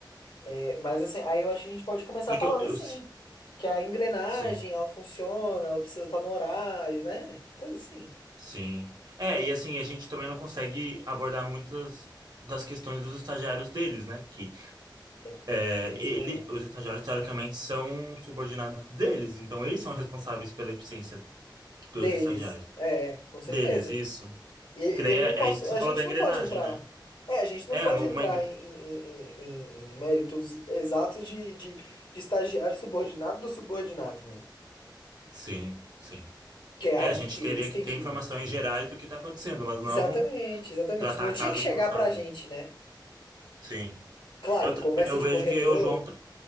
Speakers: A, on the left (about 85°); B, on the right (about 55°).
A: É, mas assim, aí eu acho que a gente pode começar
B: Porque
A: falando
B: eu, eu
A: assim,
B: si-
A: que a engrenagem,
B: sim,
A: ela funciona, ela precisa estar no horário, né? Coisa assim.
B: sim. É, e assim, a gente também não consegue abordar muitas das questões dos estagiários deles, né? Que
A: É,
B: É,
A: tem esse
B: ele,
A: problema.
B: os estagiários, teoricamente, são subordinados deles, então eles são responsáveis pela eficiência dos
A: Deles,
B: estagiários.
A: é, com certeza.
B: Deles, isso.
A: E, e
B: Que daí
A: eu
B: é,
A: não posso.
B: é isso que você
A: A
B: falou
A: gente
B: da
A: não
B: engrenagem,
A: pode entrar.
B: né?
A: É, a gente não
B: É,
A: pode
B: numa
A: entrar
B: engrenagem.
A: em, em- em- em- em méritos exatos de, de, de estagiário subordinado do subordinado, né?
B: Sim, sim.
A: Que é algo
B: É, a gente
A: que
B: teria
A: eles
B: que
A: têm
B: ter
A: que,
B: informações
A: que ver.
B: gerais do que está acontecendo, mas
A: Exatamente,
B: não
A: exatamente.
B: tratar
A: Não tinha
B: caso
A: que chegar
B: por caso.
A: pra gente, né?
B: Sim.
A: Claro,
B: Eu, tra-
A: conversa
B: eu
A: de
B: vejo
A: corredor,
B: que o João, tra-